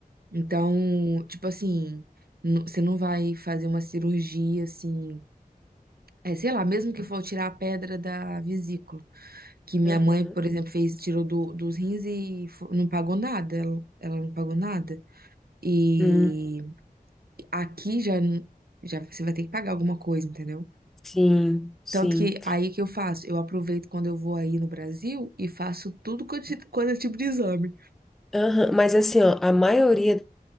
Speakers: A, on the right (about 75°); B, in the centre.
A: Então, tipo assim, n- você não vai fazer uma cirurgia assim. É, sei lá, mesmo que for tirar a pedra da vesícula. Que minha
B: Aham.
A: mãe, por exemplo, fez, tirou do, dos rins e fo- não pagou nada. Ela, ela não pagou nada. E
B: Hum.
A: aqui já, n- já você vai ter que pagar alguma coisa, entendeu?
B: Sim, sim.
A: Tanto que aí que eu faço, eu aproveito quando eu vou aí no Brasil e faço tudo quanto, ti- quanto é tipo de exame.
B: Aham, Mas assim, ó, a maioria das